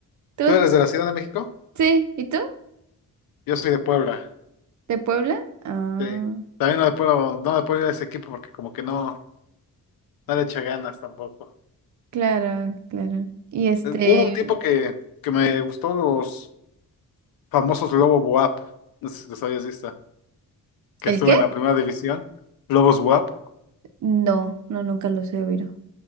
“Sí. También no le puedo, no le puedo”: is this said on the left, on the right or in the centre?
Left